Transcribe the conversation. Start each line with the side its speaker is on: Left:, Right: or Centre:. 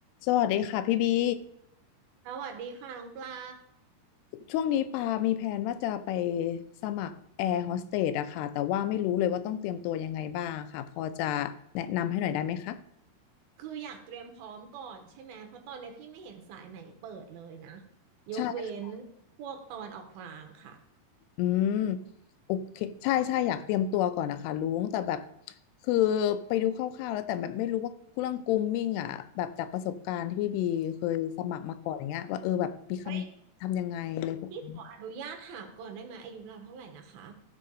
Left: สวัสดีค่ะพี่บี
Right: สวัสดีค่ะน้องปลา
Left: ช่วงนี้ปา มีแผนว่าจะไปสมัครแอร์โฮสเตสอะค่ะแต่ว่าไม่รู้เลยว่าต้องเตรียมตัวยังไงบ้างค่ะพอจะแนะนำให้หน่อยได้ไหมคะ
Right: คืออยากเตรียมพร้อมก่อนใช่ไหม เพราะตอนเนี้ยพี่ไม่เห็นสายไหนเปิดเลยนะ ยกเว้น
Left: ใช่ค่ะ
Right: พวกตะวันออกกลางค่ะ
Left: อืมโอเคใช่ใช่อยากเตรียมตัวก่อนนะคะลุงแต่แบบคือไปดูคร่าวๆแล้วแต่แบบไม่รู้ว่าเรื่องกรูมมิ่งอะแบบจากประสบการณ์ที่พี่บีเคยสมัครมาก่อนอย่างเงี้ยว่าเออแบบมีคำทำยังไงอะไรพวกนี้
Right: เฮ้ยขออนุญาตถามก่อนได้ไหมอายุเราเท่าไหร่นะคะ